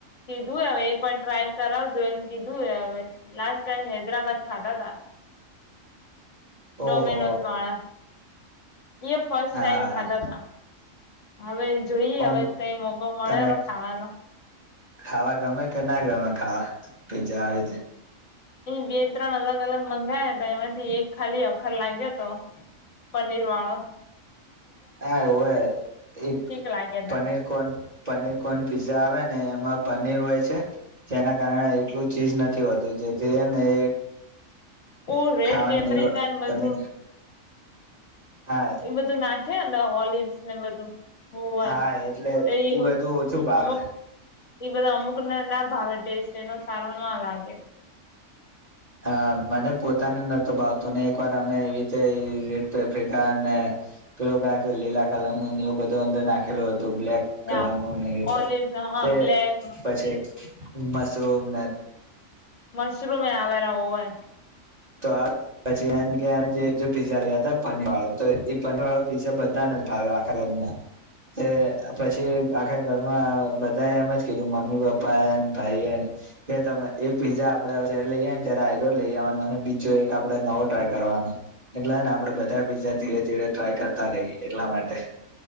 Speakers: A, on the left; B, on the right.
A: કીધું હવે એક વાર ટ્રાય કરાવજો એમ કીધું હ હવે લાસ્ટ ટાઈમ હૈદરાબાદ ખાતા તા. ડોમિનોોઝ
B: ઓહો
A: વાળા. એ ફસ્ટ
B: હા
A: ટાઈમ ખાતા
B: હા
A: તા હવે. જોઈએ
B: ઓમ
A: હવે કઈ મોકો મળેલો
B: તને
A: ખાવાનો
B: ખાવા ગમે કે ના ગમે. આ પી્જા આવી ગયા.
A: બે ત્રણ અલગ અલગ મંગયા હતા એમાંથી એક ખાલી અખર લાગયો તો. પનીર વાડો.
B: હા એવું હ એક
A: ઠીક લાગ્યા
B: paneer
A: તા
B: corn paneer corn pizza આવે ને. એમાં પનીર હોય છે જેના કારણે એટલું ચીજ નથી હોતું જેથી હે ને એ.
A: હું રેડ
B: ખાવાની
A: પેપરિકા ને બધું.
B: પનીર હા
A: એ બધું નાખે ઓલિવસ ને બધું. હોવે
B: હા એટલે
A: તે
B: એ બધું ઓછું ભાવે.
A: અમુક એ બધા અમુકને ના ભાવે ટેસ્ટ એનો સારો ના લાગે,
B: હા મને પોતાને નતો ભાવતું ને એક અમે વાર અમે એવી રીતે રેડ પેફ્રિકા ને. થોડું લીલા કલર નું એવું બધું અંદર નાખેલું હતું બ્લેક કલરમાં
A: ના
B: નેટ
A: ઓલિવ હા
B: તે
A: બ્લેક
B: પછી મશરૂમ ન
A: મશરૂમ એ આવેલા ઓવન
B: તો આ પછી એ કે જે પીઝા લે ત પનીર વાળો તો એ પનીર વાળો પીઝા બધા <unintelligible> ભાયો આખા ઘરને તે પછી આખા ઘરમાં બધાએ એમ જ કીધું મમ્મી પપ્પા એને ભાઈ ને કે તમે એક પીઝા આપડે જ્યારે લઈ આવી ને ત્યારે આઈડો લઈ આવનો તે બીજું એક આપડે નવો ટ્રાય કરવાનું એટલેને આપડે બધા પીઝા ધીરે ધીરે ટ્રાય કરતા રહીએ એટલા માટે